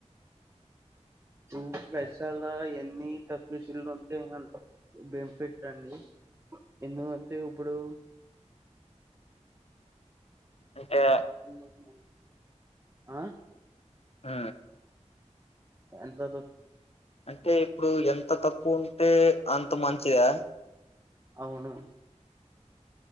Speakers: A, on the right (about 20°); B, on the left (about 55°).
A: నువ్ ఫ్రెషర్ ఎన్ని తక్కువస్కిల్ ఉంటే అంత బెనిఫిట్ అండి ఎందుకంటే ఇప్పుడు
B: అంటే
A: ఇన్నక్ <unintelligible> ఆ
B: ఆ
A: ఎంత తక్
B: అంటే ఇప్పుడు ఎంత తక్కువ ఉన్ తే అంత మంచిదా
A: అవును